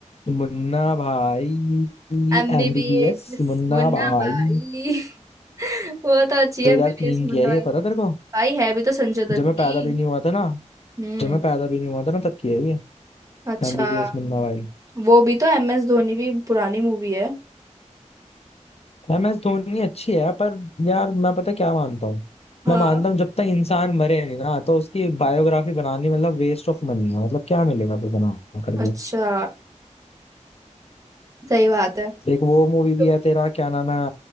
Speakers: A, on the left; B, on the right.
A: मुन्ना भाई
B: एमबीबीएस
A: एमबीबीएस मुन्ना
B: मुन्ना
A: भाई
B: भाई वो तो अच्छी है
A: 2003
B: एमबीबीएस मुंडा
A: की है
B: भाई
A: ये पता तेरे को
B: भाई है भी तो संजय दत्त
A: जब मैं
B: की
A: पैदा भी नहीं हुआ था ना
B: हम्म
A: जब मैं पैदा भी नहीं हुआ था ना तब की है ये
B: अच्छा
A: एमबीबीएस मुन्ना भाई
B: वो भी तो एम एस धोनी भी पुरानी मूवी है
A: एम एस धोनी अच्छी है पर यार मैं पता क्या मानता हूँ
B: हाँ
A: मैं मानता हूँ जब तक इंसान मरे नहीं ना तो उसकी बायोग्राफी बनानी मतलब वेस्ट ऑफ मनी है मतलब क्या मिलेगा फिर बना करके
B: अच्छा सही बात है
A: एक वो मूवी भी
B: तो
A: है तेरा क्या नाम है